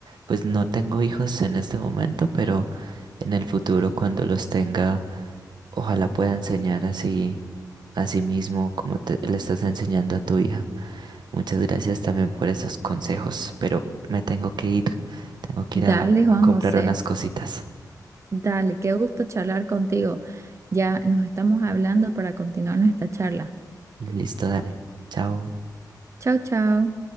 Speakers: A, on the right; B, on the right.
A: pues no tengo hijos en este momento, pero en el futuro cuando los tenga, ojalá pueda enseñar así Asimismo, como te, le estás enseñando a tu hija. Muchas gracias también por esos consejos, pero me tengo que ir. Tengo que
B: Dale,
A: ir a, a
B: Juan
A: comprar
B: José,
A: unas cositas.
B: dale, qué gusto charlar contigo. Ya nos estamos hablando para continuar nuestra charla.
A: Listo, dale. Chao.
B: Chao, chao.